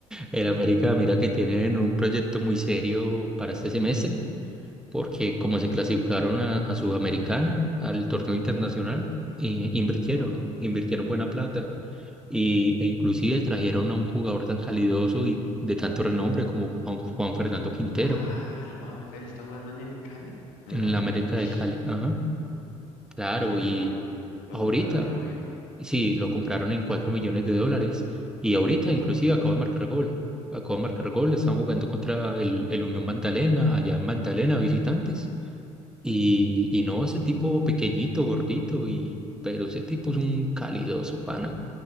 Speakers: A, in the centre; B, on the left.
A: En América, mira que tienen un proyecto muy serio para este semestre, porque como se clasificaron a, a Sudamericana, al torneo internacional, eh, invirtieron,
B: Ah,
A: invirtieron buena plata y, e inclusive trajeron a un jugador tan calidoso y de tanto renombre como Juan, Juan Fernando Quintero
B: Ah, el Juanfer está jugando en el Cali, en
A: en
B: el América,
A: la América
B: uff,
A: de Cali. Ajá, claro,
B: qué
A: y
B: loco, lo
A: ahorita.
B: compraron, me imagino.
A: Sí, lo compraron en 4 millones de dólares y ahorita inclusive acaba de marcar gol. Acaba de marcar gol, están jugando contra el, el Unión Magdalena, allá en Magdalena, visitantes. Y, y no, ese tipo pequeñito, gordito, y, pero ese tipo es un calidoso, pana.